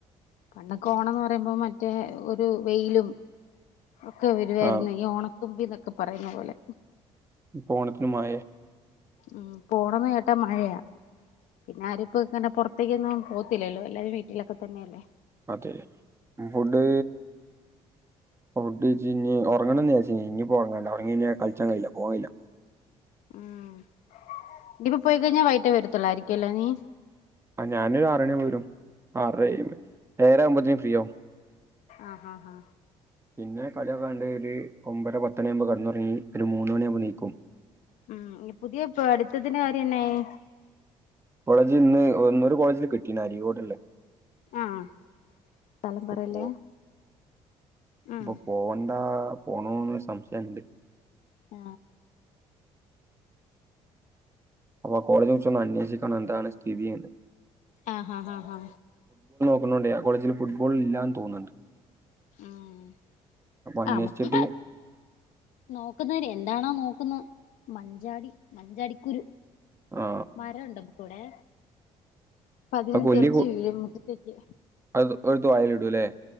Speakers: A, on the left (about 75°); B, on the right (about 20°).
A: പണ്ടൊക്കോ ഓണം പറയുമ്പോ മറ്റേ ഒരു വെയിലും. ഒക്കെ വരുവായ്രുന്നെ
B: ആ
A: ഈ ഓണത്തുമ്പിന്നൊക്ക പറയുന്ന പോലെ.
B: ഇപ്പൊ ഓണത്തിനു മയാ.
A: ഉം പ്പൊ ഓണം യെന്ന് കേട്ടാ മഴയാ. പിന്നെ ആരും ഇപ്പോ ഇങ്ങനെ പുറത്തേക്കൊന്നും പോത്തില്ലല്ലോ എല്ലാരും വീട്ടിലൊക്ക തന്നെയല്ലേ.
B: അതെ ഫുഡ്. ഫുഡ്‌ കയിച്ചേഞ്ഞ് ഒറങ്ങണംന്ന് വിചാരിച്ച് ഞാൻ ഇനിപ്പൊ ഒറങ്ങണ്ട ഒറങ്ങി കഴിഞ്ഞ കളിച്ചാൻ കയില്ല പോവാൻ കയില്ല.
A: ഉം ഇനിപ്പൊ പോയി കഴിഞ്ഞ വൈ കിട്ടേ വരത്തുള്ളായിരിക്കും അല്ലേ നീ.
B: ആ ഞാനൊരു ആറണി ആവുമ്പോ വരും ആറര ഏഴ് ഏഴര ആവുമ്പാതെനും ഫ്രീയാവും.
A: ആ ഹാ ഹാ.
B: പിന്നെ കളിയൊക്കെ ക്കണ്ട് ഒരു ഒമ്പര പത്തമണിയാമ്പോ കെടന്നൊറങ്ങി ഒരു മൂന്ന് മണിയാമ്പൊ നീക്കും.
A: ഉം പുതിയ പഠിത്തതിന്റെ കാര്യം എന്നായി?
B: കോളേജ് ഇന്ന് ഒ ഇന്നൊരു കോളേജില് കിട്ടി അരിക്കോട്യോള്ള.
A: ആഹ്. സ്ഥലം
B: പ്പൊ
A: പറയല്ലേ
B: പൊ
A: ആഹ്
B: ഇപ്പൊ പോവണ്ട. പോണന്നൊര് സംശയുണ്ട്.
A: ആ.
B: അപ്പൊ ആ കോളേജേ കുറിച്ചൊന്ന് അന്വേഷിക്കണം എന്താണ് സ്ഥിതീയെന്ന്.
A: ആ ഹാ ഹാ ഹാ ഹാ.
B: പോന്നോണ്ടേ ആ കോളേജില് ഫുട്ബോൾ ഇല്ലാന്ന് തോന്ന്ണ്ട്.
A: ഉം.
B: അന്വേഷിച്ചിട്ട്
A: ആ മ്മുക്കിപ്പോ നോക്കുന്നേനെ എന്താണോ നോ ക്കുന്ന മഞ്ചാടി മഞ്ചാടിക്കുരു
B: ആ
A: മരം ഉണ്ട് അപ്പൊ ഇവ്ടെ. അപ്പ അതിന്ന്
B: ആ കൊല്ലി
A: തെർച്ച്
B: കൊ-
A: വീഴും മുറ്റത്തേക്ക്.
B: അത് എടുത്ത് വായിലിടും അല്ലേ